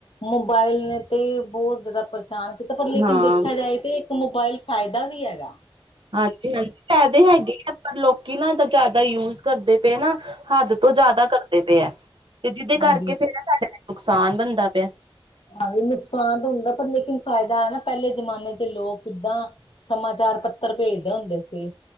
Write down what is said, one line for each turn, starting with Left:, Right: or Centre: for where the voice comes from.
Left: ਮੋਬਾਇਲ ਨੇ ਤੇ ਬਹੁਤ ਜ਼ਿਆਦਾ ਪਰਾਨ ਕੀਤਾ ਪਰ ਲੇਕਿਨ
Right: ਹਾਂ
Left: ਦੇਖਿਆ ਜਾਏ ਤੇ ਇੱਕ ਮੋਬਾਇਲ ਫਾਇਦਾ ਵੀ ਹੈਗਾ।
Right: ਹਾਂਜੀ ਹਾਂਜੀ ਪੈਦੇ ਹੈਗੇ ਆ ਪਰ ਲੋਕੀ- ਨਾ ਤਾਂ ਜ਼ਿਆਦਾ ਯੂਜ ਕਰਦੇ ਪਏ ਨਾ- ਹੱਦ ਤੋਂ ਜ਼ਿਆਦਾ ਕਰਦੇ ਪਏ ਹੈ ਤੇ ਜਿਹਦੇ
Left: ਹਾਂਜੀ
Right: ਕਰਕੇ ਫੇਿਰ ਨਾ ਸਾਡੇ ਨੁਕਸਾਨ ਬਣਦਾ ਪਿਆ।
Left: ਹਾਂਜੀ ਨੁਕਸਾਨ ਤਾਂ ਹੁੰਦਾ ਪਰ ਲੇਕਿਨ ਫਾਇਦਾ ਨਾ ਪਹਿਲੇ ਜਮਾਨੇ ਚ ਲੋਕ ਕਿੱਦਾਂ ਸਮਾਚਾਰ ਪੱਤਰ ਭੇਜਦੇ ਹੁੰਦੇ ਸੀ।